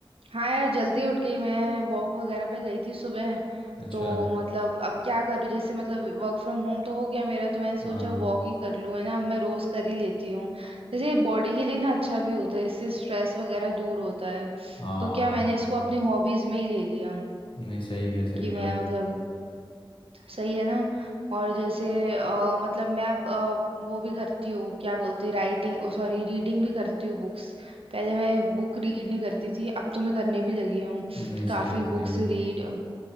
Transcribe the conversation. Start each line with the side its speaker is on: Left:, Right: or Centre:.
Right: हाँ यार जल्दी उठ गई मैं वॉक वगैरह पे गई थी सुबह
Left: अच्छा
Right: तो मतलब अब क्या करूँ जैसे मतलब वर्क फ्रॉम होम तो हो गया मेरा तो मैंने सोचा
Left: हाँ
Right: वॉक ही कर लूँ है ना अब मैं रोज कर ही लेती हूँ जैसे बॉडी के लिए ना अच्छा भी होता है इससे स्ट्रेस वगैरह दूर होता है
Left: हाँ
Right: तो क्या मैंने इसको अपनी हॉबीज में ही ले लिया
Left: नहीं सही किया सही
Right: कि
Left: किया
Right: मैं मतलब सही है ना और जैसे अ, मतलब मैं अब अ, वो भी करती हूँ क्या बोलते राइटिंग ओ सॉरी रीडिंग भी करती हूँ बुक्स पहले मैं बुक रीड नहीं करती थी अब तो मैं करने भी लगी हूँ
Left: नहीं सही
Right: काफी
Left: है सही
Right: बुक्स
Left: है
Right: रीड